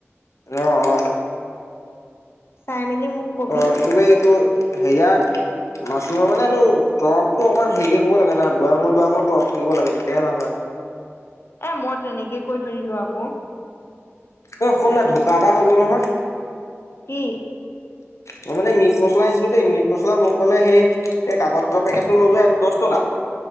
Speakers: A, on the left (about 90°); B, on the left (about 60°).
A: অ অ।
B: চাই মেলি মোক- কবি
A: অ এইকপি এইটো, হেৰিয়াৰ। মাছৰুমৰ মানে এইটো তৰপতো অকমান হেৰি কৰিব লাগে না দুৱা আঙুল দুৱা আঙুল তৰপ থাকিব লাগে তেতিয়াহে ভাল হয়।
B: এ মই তেনেকে কৰি থৈ দিলো আকৌ।
A: অই শুন না ঢুকা এটা হৈ গ'ল নহয়।
B: কি?
A: মই মানে মিট মছলা আনিছিলো দেই মিট মছলা মোক কলে সেই- এই কাগজৰ পেকেটটো লৈ যোৱা এইটো দচ টকা।